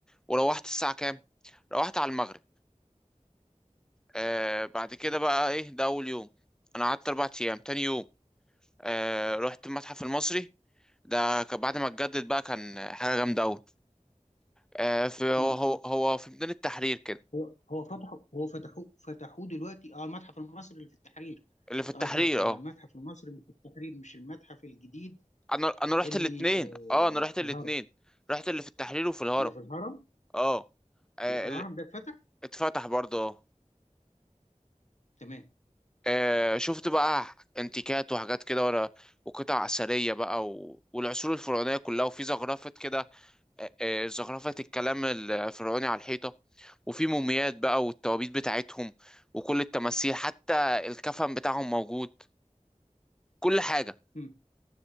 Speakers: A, in the centre; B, on the left.
A: وروحت الساعة كام؟ روحت على المغرب آه بعد كده بقى إيه ده أول يوم أنا قعدت أربع أيام تاني يوم آه رحت المتحف المصري ده ك- بعد ما اتجدد بقى كان حاجة جامدة أوي آه في هو
B: مم.
A: هو هو في ميدان التحرير كده
B: هو هو فتحوا هو فتحوا فتحوه دلوقتي أه المتحف المصري اللي في التحرير
A: اللي في
B: أنت
A: التحرير
B: قصدك على
A: اه
B: المتحف المصري اللي في التحرير مش المتحف الجديد
A: أنا أنا رحت
B: اللي
A: الاتنين
B: آه،
A: اه أنا رحت
B: في
A: الاتنين
B: الهرم
A: رحت اللي في التحرير وفي الهرم
B: اللي في الهرم
A: اه آه،
B: اللي في الهرم
A: ال-
B: ده اتفتح
A: اتفتح برضه اه
B: تمام
A: آه، شفت بقى انتيكات وحاجات كده ورا وقطع أثرية بقى و... والعصور الفرعونية كلها وفي زخرفة كده آه، آه، زخرفة الكلام الفرعوني على الحيطة وفي موميات بقى والتوابيت بتاعتهم وكل التماثيل حتى الكفن بتاعهم موجود كل حاجة
B: مم.